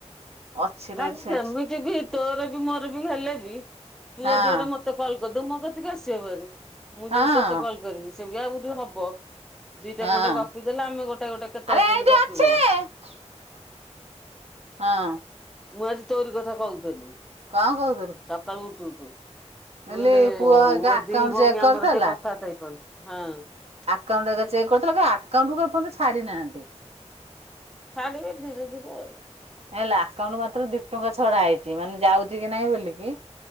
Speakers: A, on the right; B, in the centre.
A: ଅଛି ରେଟ୍
B: ନାଇଁ
A: ସେଠି
B: ସେମିତି ବି ତୋର ବି ମୋର ବି ହେଲେ ବି ତୁ
A: ହଁ।
B: ଯଦି ଗୋଟେ ମତେ କଲ କରିଦବୁ ମୋ କତିକି ଆସିବ ଭାରି। ମୁଁ
A: ହଁ
B: ଯଦି ତୋତେ କଲ୍ କରିବି ସେ ବି ଆଉ ହବ। ଦିଟା
A: ହଁ।
B: ଖଣ୍ଡେ ଗପି ଦେଲେ ଆମେ ଗୋଟା ଗୋଟେ କେତଲେ
A: ଆରେ ଏଇଠି
B: କେମିତି ଗପି
A: ଅଛି।
B: ଦବା।
A: <inaudible> ହଁ।
B: ମୁଁ ଆଜି ତୋରି କଥା କହୁଥିଲି।
A: କଣ କହୁଥିଲୁ?
B: ସକାଳୁ ଉଠୁ ମୁଁ
A: ମିଲି
B: କହିଲି
A: ପୁଅ ଏକା
B: ମୋର
A: ଆକାଉଣ୍ଟ
B: ଦି ଭଉଣୀ
A: ଚେକ୍ କରିଥିଲା।
B: ଆମର ଟିକେ କଥାବାର୍ତା ହେଇପାରୁନୁ। ହଁ।
A: କାଉଣ୍ଟ ହେକା ଚେକ୍ କରିଥିଲା। ଆକାଉଣ୍ଟ କୁ ଏପନ୍ତ ଛାଡି ନାହାଁନ୍ତି।
B: ଛାଡ଼ିବେ, ଧୀରେ ଧୀରେ ଆଉ।
A: ହେଲା, ଆକାଉଣ୍ଟ ମାତ୍ର ଦି ଟଙ୍କା ଛଡା ହେଇଛି। ମାନେ ଯାଉଛି କି ନାହିଁ ବୋଲିକି